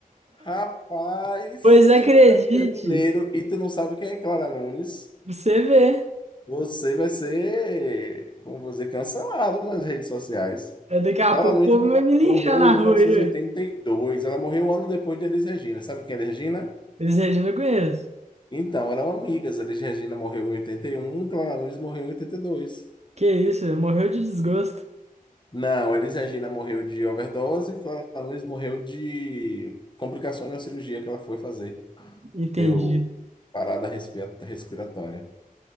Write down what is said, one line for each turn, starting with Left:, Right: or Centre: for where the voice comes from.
Left: Rapaz,
Right: Pois
Left: se
Right: acredite,
Left: tu disser que tu é mineiro e tu não sabe quem é Clara Nunes,
Right: você vê.
Left: você vai ser, como você cancelado nas redes sociais.
Right: É, Daqui a
Left: Clara
Right: pouco
Left: Nunes
Right: o povo
Left: mo-
Right: vai me
Left: morreu
Right: linchar na
Left: em 1982.
Right: rua aí. ué.
Left: Ela morreu um ano depois de Elis Regina. Sabe quem é Elis Regina?
Right: Eles Regina eu conheço.
Left: Então, eram amigas. Elis Regina morreu em 81, Clara Nunes morreu em 82.
Right: Que isso, ué, morreu de desgosto.
Left: Não, Elis Regina morreu de overdose, Clara Nunes morreu de complicações na cirurgia que ela foi fazer.
Right: Entendi.
Left: Deu parada respira- respiratória.